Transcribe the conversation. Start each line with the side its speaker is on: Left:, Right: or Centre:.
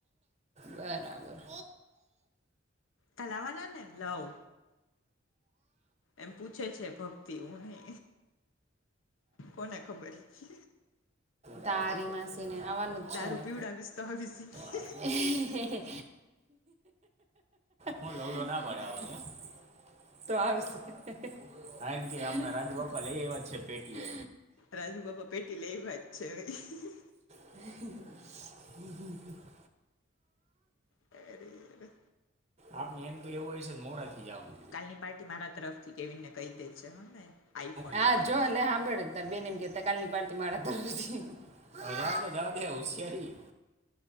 Right: બરાબર.
Left: કાલ આવવાના ને, લવ એમ પૂછે છે ભક્તિ હું નય કોને ખબર છે?
Right: તારી માસી ને આવવાનું જ છે
Left: દારૂ
Right: ને
Left: <unintelligible>
Right: હા હા હા ઓલો ના પાડે આવવાની તો આવશે, હા એને કે રાજુબાપા લયાયવા જ છે પેટી
Left: રાજુબાપા પેટી લયાયવા જ છે.
Right: હ હ <inaudible>
Left: એરેરે.
Right: આપને એવું હયશે તો મોડાકથી જાહું.
Left: કાલની પાર્ટી મારા તરફથી કેવીનને કહી દેજે હ ને. આઈફોનની
Right: હા
Left: પાર્ટી
Right: જો લે સાંભડ તાર બેન એમકે કાલની પાર્ટી મારા તરફથી જાવા દે જાવા દે હુશ્યારી